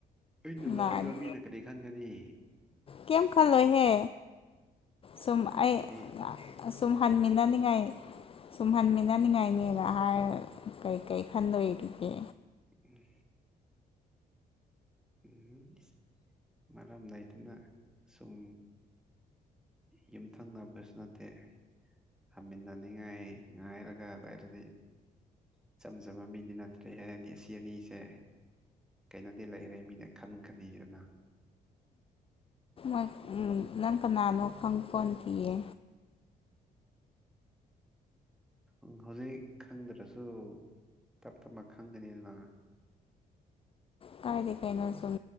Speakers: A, in the centre; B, on the left.
A: ꯑꯩꯅ ꯂꯥꯛꯑꯒ
B: ꯂꯥꯛꯑꯗꯤ
A: ꯃꯤꯅ ꯀꯔꯤꯩ ꯈꯟꯒꯅꯤ
B: ꯀꯩꯝ ꯈꯜꯂꯣꯏꯍꯦ ꯁꯨꯝ
A: ꯑꯗꯨꯗꯤ
B: ꯑꯩ ꯁꯨꯝ ꯍꯟꯃꯤꯟꯅꯅꯤꯡ ꯉꯥꯏ ꯁꯨꯝꯍꯟꯃꯤꯟꯅꯅꯤꯡꯉꯥꯏꯅꯦꯅ ꯍꯥꯏꯔ ꯀꯩ ꯀꯔꯤ ꯈꯟꯗꯣꯏꯔꯤꯒꯦ
A: ꯎꯝ ꯎꯝ ꯃꯔꯝꯗꯥꯏꯗꯨꯅ ꯁꯨꯝ ꯌꯨꯝꯊꯪꯅꯕꯁꯨ ꯅꯠꯇꯦ ꯍꯃꯤꯟꯅꯅꯤꯡꯉꯥꯏ ꯉꯥꯏꯔꯒ ꯑꯗꯏꯔꯗꯤ ꯏꯆꯝ ꯆꯝꯕ ꯃꯤꯗꯤ ꯅꯠꯇ꯭ꯔꯦ ꯍꯥꯏ ꯑꯅꯤ ꯑꯁꯤ ꯑꯅꯤꯁꯦ ꯀꯩꯅꯣꯗꯤ ꯂꯩꯔꯦ ꯃꯤꯅ ꯈꯟꯒꯅꯤꯗꯅ
B: ꯣꯏ ꯅꯪ ꯀꯅꯥꯅꯣ ꯈꯪ ꯀꯣꯟ ꯄꯤꯌꯦ
A: ꯎ ꯍꯧꯖꯤꯛ ꯈꯪꯗ꯭ꯔꯁꯨ ꯇꯞ ꯇꯞꯅ ꯈꯪꯒꯅꯤꯗꯅ
B: ꯀꯥꯏꯗꯒꯤ ꯀꯩꯅꯣ ꯁꯨꯝ